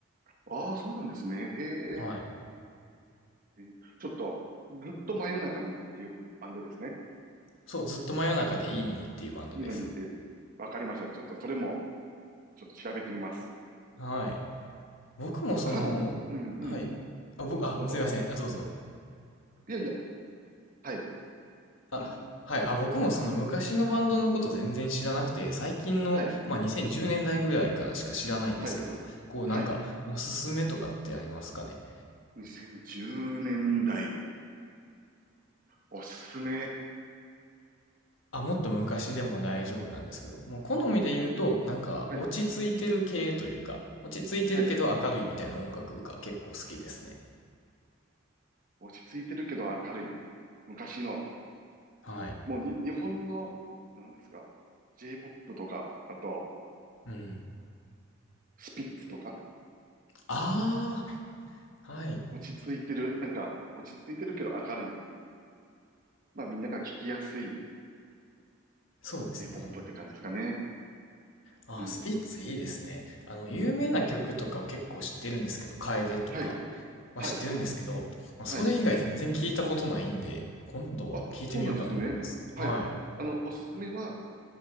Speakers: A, on the right; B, on the left.
A: ああ、そうなんですね。へえ。
B: はい。
A: えーちょっと、ずっと真夜中にっていうバンドですね。
B: そう、ずっと真夜中でいいのにっていうバンドです。
A: いいのにって。わかりました。ちょっとそれも、ちょっと調べてみます。
B: はい。僕もその、
A: 他に、うんうん、
B: はい。あ、僕、あ、
A: どうぞ。
B: すいません。あ、どうぞ。
A: いやいや、はい、
B: あ、
A: うん、
B: はい。あ、僕もその昔のバンドのこと全然知らなくて、
A: 僕、
B: 最近の、
A: はい、
B: まあ、2010年代ぐらいからしか知らないんですけど、
A: はい、
B: こうなんかおすすめとかってありますかね。
A: はい。2010年代、おすすめ。
B: あ、もっと昔でも大丈夫なんですけど、もう好みで言うと、なんか落ち着いてる系というか、
A: はい、
B: 落ち着いてるけど明るいみたいな音楽が結構好きですね。
A: はい。落ち着いてるけど明るい。昔の、
B: はい。
A: もうに、日本の、何ですか、J-POP とか、あと、
B: うん。
A: スピッツとか、
B: ああ、はい。
A: 落ち着いてる、なんか、落ち着いてるけど明るい。まあみんなが聞きやすい
B: そうですね。
A: J-POP って感じですかね。
B: あ、
A: うん。
B: スピッツいいですね。あの、有名な曲とかは結構知ってるんですけど、楓とか
A: はい、
B: は知ってるんですけど、
A: はい、
B: まあ、
A: はい。
B: それ以外全然聞いたことないんで、今度聞いてみようかと思います。
A: あ、そうなんですね。はい。
B: はい。
A: あの、おすすめは、